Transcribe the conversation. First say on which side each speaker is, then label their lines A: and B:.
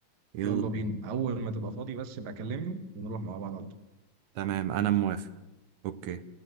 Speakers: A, on the right; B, on the right.
A: يلا
B: يلا
A: بينا
B: بينا اول ما تبقى فاضي بس يبقى كلمني ونروح مع بعض على طول
A: تمام انا موافق اوكي